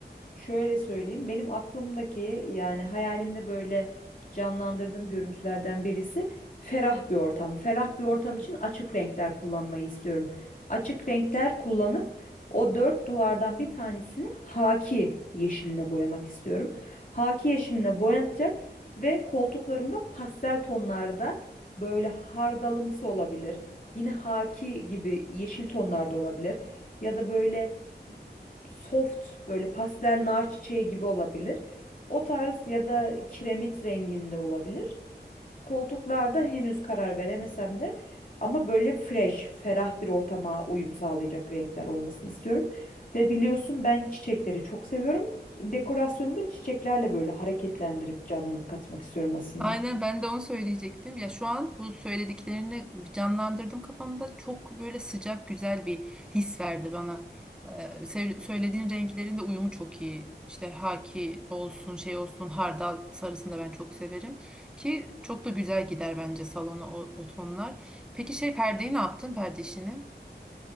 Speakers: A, on the left (about 50°); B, in the centre.
A: Şöyle söyleyeyim, benim aklımdaki yani hayalimde böyle canlandırdığım görüntülerden birisi ferah bir ortam. Ferah bir ortam için açık renkler kullanmayı istiyorum. Açık renkler kullanıp o dört duvardan bir tanesini haki yeşiline boyamak istiyorum. Haki yeşiline boyanacak ve koltuklarımda pastel tonlarda böyle hardalımsı olabilir. Yine haki gibi yeşil tonlarda olabilir. Ya da böyle soft böyle pastel nar çiçeği gibi olabilir. O tarz ya da kiremit renginde olabilir. Koltuklarda henüz karar veremesem de ama böyle fresh, ferah bir ortama uyum sağlayacak renkler olmasını istiyorum. Ve biliyorsun ben çiçekleri çok seviyorum. Dekorasyonu da çiçeklerle böyle hareketlendirip canlılık katmak istiyorum aslında.
B: Aynen ben de onu söyleyecektim. Ya şu an bu söylediklerini canlandırdım kafamda. Çok böyle sıcak güzel bir his verdi bana. Ee, se- söylediğin renklerin de uyumu çok iyi. İşte haki olsun şey olsun hardal sarısını da ben çok severim. Ki çok da güzel gider bence salona o, o tonlar. Peki şey perdeyi ne yaptın perde işini?